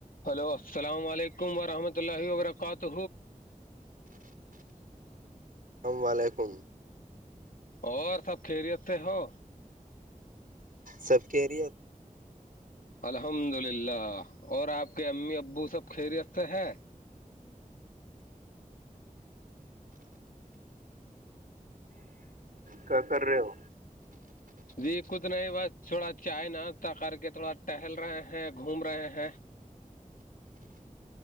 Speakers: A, on the left (about 80°); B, on the right (about 80°).
A: hello السلام علیکم ورحمۃ اللہ وبرکاتہ
B: السلام علیکم
A: اور سب خیریت سے ہو
B: سب کیریر
A: الحمد للہ اور آپ کے امی ابو سب خیریت سے ہے
B: کیا کر رہے ہو
A: جی کچھ نہیں بس تھوڑا چائے ناشتہ کر کے تھوڑا ٹہل رہے ہیں گھوم رہے ہیں